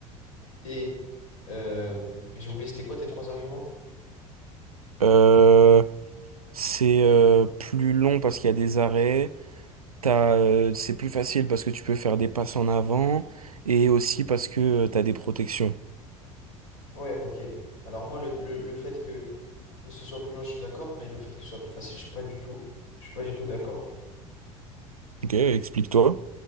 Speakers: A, on the left (about 65°); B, on the right (about 80°).
A: Et euh, j'ai oublié, c'était quoi tes trois arguments?
B: Euh, c'est euh, plus long parce qu'il y a des arrêts. T'as, euh, c'est plus facile parce que tu peux faire des passes en avant et aussi parce que tu t'as des protections.
A: Ouais, ok. Alors moi, le, le, le fait que ce soit plus loin, je suis d'accord, mais le fait que ce soit plus facile, je suis pas du tout, je suis pas du tout d'accord.
B: Ok, explique-toi.